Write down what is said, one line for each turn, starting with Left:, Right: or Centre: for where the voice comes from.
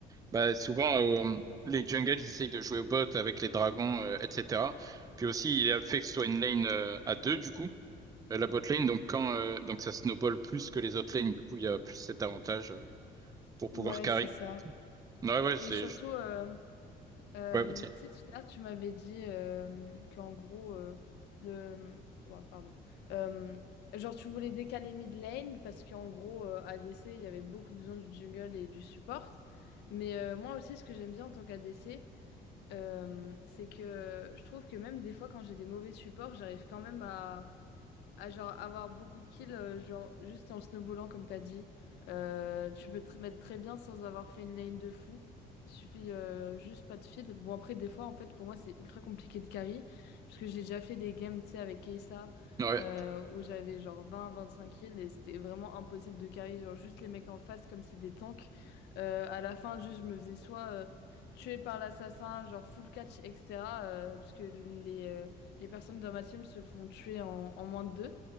Right: bah, souvent euh, les jungles ils essayent de jouer au bot avec les dragons, euh, etc. Puis aussi il y a le fait que ce soit une lane euh, à deux du coup, euh, la bot lane. Donc quand euh, donc ça snowball plus que les autres lanes, du coup il y a plus cet avantage euh, pour pouvoir
Left: Ouais,
Right: carry.
Left: c'est ça.
Right: Ouais, ouais, c'est
Left: Et surtout. euh, Euh,
Right: ouais, ok.
Left: tu sais, tout à l'heure, tu m'avais dit euh, qu'en gros, euh, le. Ouais, pardon. Euh, genre, tu voulais décaler mid lane parce qu'en gros, euh, ADC, il y avait beaucoup besoin du jungle et du support. Mais euh, moi aussi, ce que j'aime bien en tant qu'ADC, euh, c'est que je trouve que même des fois, quand j'ai des mauvais supports, j'arrive quand même à à genre avoir beaucoup de kills, euh, genre juste en snowballant comme t'as dit. Euh, tu peux te mettre très bien sans avoir fait une lane de fou. Il suffit euh, juste pas de feed. Bon après des fois en fait pour moi c'est ultra compliqué de carry parce que j'ai déjà fait des games tu sais avec Kesa
Right: Ouais.
Left: euh, où j'avais genre 20-25 kills et c'était vraiment impossible de carry genre juste les mecs en face comme c'est des tanks. Euh, à la fin juste je me faisais soit euh, tuer par l'assassin genre full catch etc. euh, parce que les euh, les personnes dans ma team se font tuer en, en moins de deux,